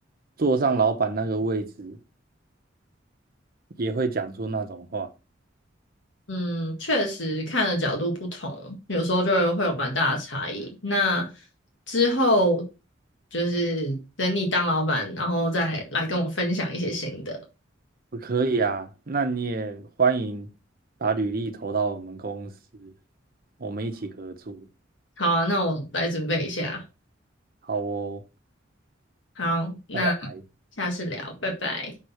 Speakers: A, on the right; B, on the left.
A: 坐上老板那个位置，也会讲出那种话。
B: 嗯，确实看的角度不同，有时候就会有蛮大的差异。那之后就是等你当老板，然后再来跟我分享一些新的。
A: 我可以啊，那你也欢迎把履历投到我们公司，我们一起合作。
B: 好啊，那我来准备一下。
A: 好哦，
B: 好，那
A: 拜拜。
B: 下次聊，拜拜。